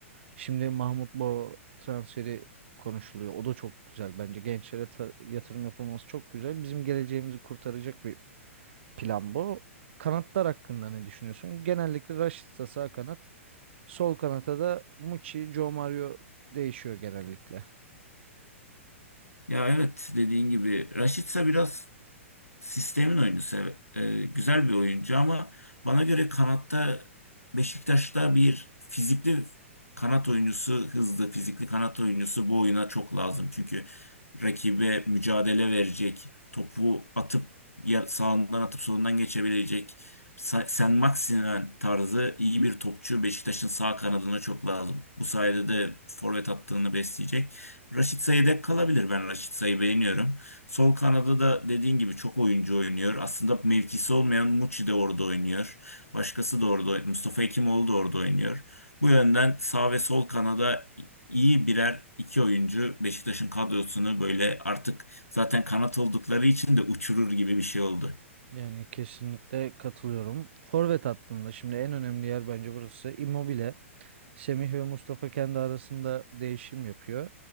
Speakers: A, on the right; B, on the left.
A: Şimdi Mahmut Bo transferi konuşuluyor. O da çok güzel bence. Gençlere ta- yatırım yapılması çok güzel. Bizim geleceğimizi kurtaracak bir plan bu. Kanatlar hakkında ne düşünüyorsun? Genellikle Rashica sağ kanat, sol kanata da Muçi, Joe Mario değişiyor genellikle.
B: Ya evet dediğin gibi Raşitsa biraz sistemin oyuncusu. evet. Ee, güzel bir oyuncu ama bana göre kanatta Beşiktaş'ta bir fizikli kanat oyuncusu, hızlı fizikli kanat oyuncusu bu oyuna çok lazım. Çünkü rakibe mücadele verecek, topu atıp ya- sağından atıp solundan geçebilecek Sa- Sen Maximen tarzı iyi bir topçu Beşiktaş'ın sağ kanadına çok lazım. Bu sayede de forvet hattını besleyecek. Raşit Sayı dek kalabilir. Ben Raşit Say'ı beğeniyorum. Sol kanada da dediğin gibi çok oyuncu oynuyor. Aslında mevkisi olmayan Muçi de orada oynuyor. Başkası da orada, Mustafa Hekimoğlu da orada oynuyor. Bu yönden sağ ve sol kanada iyi birer iki oyuncu Beşiktaş'ın kadrosunu böyle artık zaten kanat oldukları için de uçurur gibi bir şey oldu.
A: Yani kesinlikle katılıyorum. Forvet hattında şimdi en önemli yer bence burası. Immobile. Semih ve Mustafa kendi arasında değişim yapıyor.